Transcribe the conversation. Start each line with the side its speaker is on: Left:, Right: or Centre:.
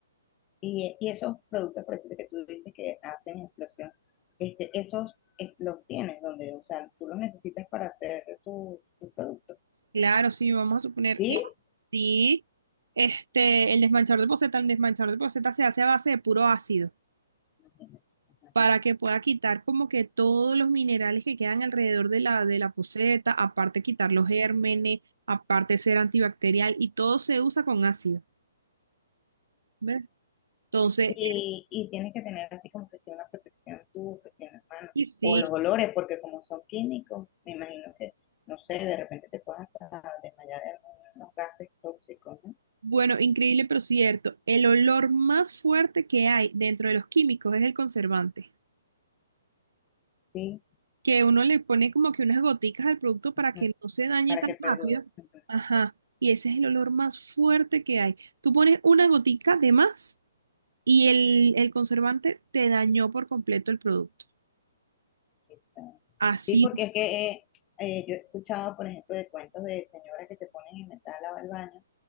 Left: y, y esos productos, por ejemplo, que tú dices que hacen explosión, este, esos eh, los tienes donde, o sea, tú los necesitas para hacer tu, tu producto,
Right: Claro, sí, vamos a suponer,
Left: ¿sí?
Right: eh, sí, este, el desmanchador de poceta, el desmanchador de poceta se hace a base de puro ácido
Left: Imagínate, ajá.
Right: para que pueda quitar como que todos los minerales que quedan alrededor de la, de la poceta, aparte quitar los gérmenes, aparte ser antibacterial y todo se usa con ácido, ¿ves? Entonces,
Left: Y, y tienes que tener así como que si una protección tú, que si en las manos,
Right: sí, sí,
Left: o los olores, porque como son químicos, me imagino que, no sé, de repente te puedes hasta desmayar de algunos gases tóxicos, ¿no?
Right: bueno, increíble pero cierto, el olor más fuerte que hay dentro de los químicos es el conservante.
Left: Sí,
Right: que uno le pone como que unas goticas al producto para
Left: ujú,
Right: que no se dañe
Left: para
Right: tan
Left: que perdure.
Right: rápido.
Left: Ujú,
Right: Ajá. Y ese es el olor más fuerte que hay. Tú pones una gotica de más y el, el conservante te dañó por completo el producto.
Left: aquí está.
Right: Así.
Left: Sí, porque es que eh, eh, yo he escuchado, por ejemplo, de cuentos de señoras que se ponen a inventar a lavar el baño